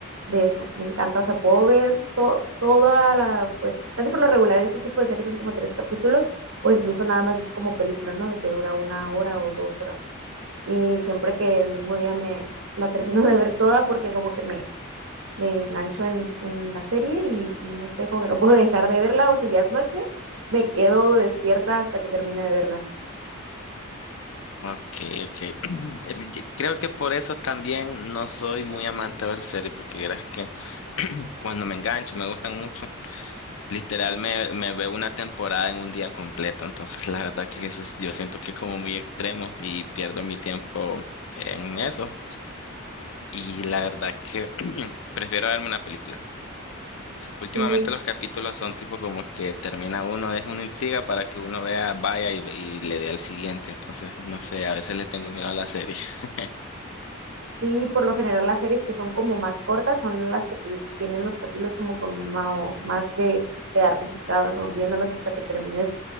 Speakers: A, on the right; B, on the left.
A: de eso. Me encanta. O sea, puedo ver to- toda la, pues casi por lo regular ese tipo de series son como tres capítulos o incluso nada más es como película, ¿no? De que dura una hora o dos horas. Y siempre que el mismo día me la termino de ver toda porque como que me, me engancho en, en la serie y, y no sé, como que no puedo dejar de verla o si ya es noche, me quedo despierta hasta que termine de verla.
B: Okay, okay. <clears throat> Em, ye- Creo que por eso también no soy muy amante de ver series, porque verás que cuando me engancho, me gustan mucho, literal me, me veo una temporada en un día completo, entonces la verdad que eso es- yo siento que es como muy extremo y pierdo mi tiempo en eso. Y la verdad que <clears throat> prefiero verme una película. Últimamente
A: Sí,
B: los capítulos son tipo como que termina uno, deja una intriga para que uno vea, vaya y, y le dé al siguiente. Entonces, no sé, a veces le tengo miedo a la serie. <laughs>
A: Sí, por lo general las series que son como más cortas son las que te- tienen los capítulos como, como más de quedarte picado, ¿no? Viéndolos hasta que termines